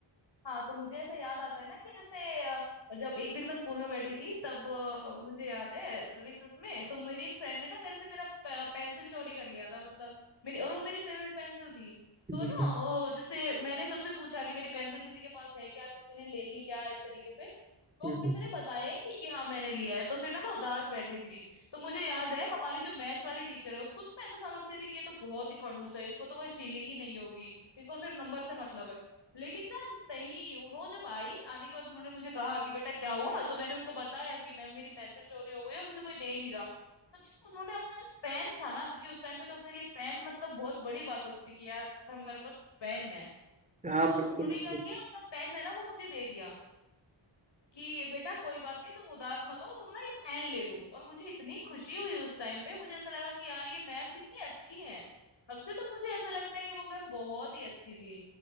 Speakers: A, on the left; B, on the right.
A: हाँ तो मुझे ऐसा याद आता है ना कि जैसे अ, जब एक दिन मैं स्कूल में बैठी थी तब अ, मुझे याद है रिसेस में तो मेरी एक फ्रेंड ने ना मेरे से मेरा पेंसिल चोरी कर लिया था मतलब मेरी और वो मेरी फेवरेट पेंसिल थी
B: बिल्कुल,
A: तो ना वो जैसे मैंने सबसे पूछा कि मेरी पेंसिल किसी के पास है क्या किसी ने ले ली क्या इस तरीके से तो
B: बिल्कुल।
A: किसी ने बताया ही नहीं कि हाँ मैंने लिया है तो फिर ना मैं उदास बैठी थी तो मुझे याद है हमारी जो मैथ्स वाली टीचर है उसको तो मैं ऐसा समझती थी कि ये तो बहुत ही खड़ूस है इसको तो कोई फीलिंग ही नहीं होगी इसको सिर्फ नंबर से मतलब है लेकिन ना नहीं उन्होंने जब आई आने के बाद उन्होंने मुझे कहा कि बेटा क्या हुआ तो मैंने उनको बताया कि मैम मेरी पेंसिल चोरी हो गई और मुझे कोई दे नहीं रहा अच्छा उन्होंने अपना जो पेन था ना क्योंकि उस टाइम पे तो अपने लिए पेन मतलब बहुत बड़ी बात होती थी कि यार हमारे पास पेन है
B: हाँ
A: तो
B: बिल्कुल
A: उन्होंने
B: बिल्कुल
A: क्या किया अपना पेन है ना वो मुझे दे दिया कि बेटा कोई बात नहीं तुम उदास मत हो तुम ना ये पेन ले लो और मुझे इतनी खुशी हुई उस टाइम पे मुझे ऐसा लगा कि यार ये मैम कितनी अच्छी है तब से तो मुझे ऐसा लगता है कि वो मैम बहुत ही अच्छी थी